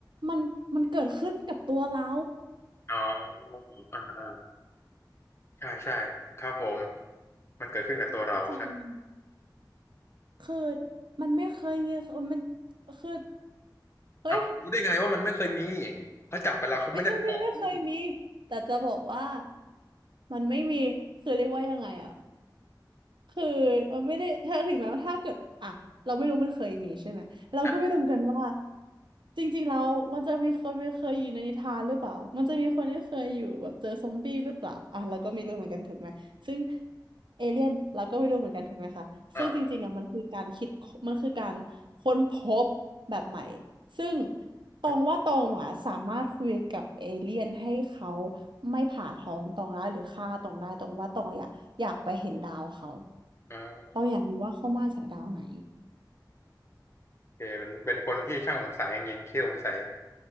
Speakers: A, on the right; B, on the left.
A: มันมันเกิดขึ้นกับตัวเรา
B: อ๋ออ่าอ่าใช่ใช่ครับผมมันเกิดขึ้นกับตัวเราใช่
A: เข้าใจไหมคือมันไม่เคยมีมันมันคือเฮ้ย
B: อ้าวรู้ได้ไงว่ามันไม่เคยมีเขาจับไปแล้วเขาไม่ได้ไปบอกคุณ
A: ไม่ใช่ไม่ไม่เคยมีแต่จะบอกว่ามันไม่มีคือเรียกว่ายังไงอะ คือเราไม่ได้ถ้าถึงแม้ว่าถ้าเกิดอ่ะเราไม่รู้มันเคยมีใช่ไหมเราก็ไม่รู้เหมือนกันว่า
B: นะ
A: จริงๆแล้วมันจะมีคนไม่เคยอยู่ในนิทานหรือเปล่ามันจะมีคนที่เคยอยู่แบบเจอซอมบี้หรือเปล่าอ่ะเราก็ไม่รู้เหมือนกันถูกไหมซึ่งเอเลี่ยนเราก็ไม่รู้เหมือนกันถูกไหมคะซึ่งจริงๆอ่ะมันคือการคิดมันคือการค้นพบแบบใหม่
B: อ่า
A: ซึ่งตรงว่าตรงอ่ะสามารถคุยกับเอเลี่ยนให้เขา
B: อ่า
A: ไม่ผ่าท้องตองได้หรือฆ่าตองได้ตรงว่าตองอยากอยากไปเห็นดาวเขา
B: อ่า
A: เราอยากรู้ว่าเขามาจากดาวไหน
B: โอเคเป็นเป็นคนที่ช่างสงสัยจริงๆขี้สงสัย